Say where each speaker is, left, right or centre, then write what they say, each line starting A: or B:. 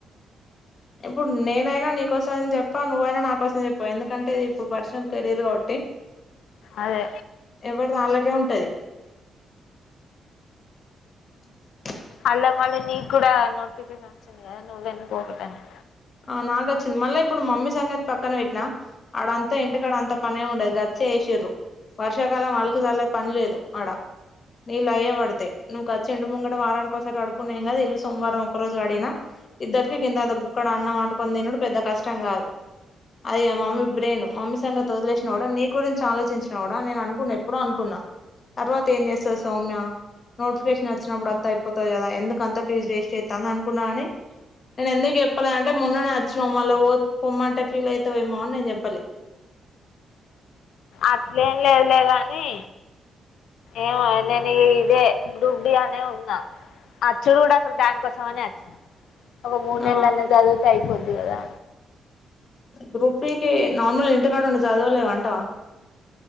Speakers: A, on the left; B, on the left.
A: ఇప్పుడు నేనైనా నీకోసం చెప్పా, నువ్వైనా నా కోసం చెప్పా ఎందుకంటే ఇప్పుడు పర్సనల్ కెరీర్ కాబట్టి
B: అదే
A: ఎవరిది వాళ్ళకే ఉంటది. <unintelligible>
B: అళ్లా మళ్ళీ నీకు కూడా నోటిఫికేషన్ వచ్చింది కదా నువ్వు ఎందుకు ఓపెన్గా
A: ఆ నాగొచ్చింది మళ్ళీ ఇప్పుడు మమ్మీ సంగతి పక్కన పెట్టినా, అడంతా ఇంటికాడ అంత పనే ఉండేది. గచ్చు ఏసిర్రు. వర్షాకాలం వాళ్ళకు వాళ్ళకు పని లేదు ఆడ. నీళ్ళ అయ్యే పడ్తాయి. నువ్వు వచ్చి ఇంటి ముంగంట వారానికి ఒకసారిడుకడుక్కున్నా కదా ఇల్లుు సోమారం ఒకరోజు కడిగినా ఇద్దరికి ఇంతంత బుక్కడ అన్నం అంటుకొని తినుడు పెద్ద కష్టం కాదు అయ్యో మమ్మీ బ్రెయిన్ మమ్మీ సంగం వదిలేసినా కూడా, నీ గురించి ఆలోచించినా కూడా నేను అనుకున్నా ఎప్పుడో అనుకున్నా. తర్వాత ఏం చేస్తాది సౌమ్య? నోటిఫికేషన్ వచ్చినప్పుడు అంత అయిపోతుంది కదా ఎందు అంత ఫీజ వేస్ట్ అవుతుందిని అనుకున్నా కాని నేను ఎందుకు చెప్పాల అంటే మొన్న నే వచ్చినా మళ్ళా పొమ్మంటే ఫీల్ అవుతావేమో అని నేను చెప్పాలి
B: అట్లేం లేదుగాని ఏమ నేను ఇదే గ్రూప్ డి అనే ఉన్నా. అచ్చుడు కూడా అసలు దానికోసం అని వచ్చిన ఒగ మూడునెల్లన్నా
A: ఆ
B: చదివితే అయిపొద్ది కదా.
A: గ్రూప్ డికి నార్మల్ గా ఇంటికాడ ఉండి చదువలేం అంటావా?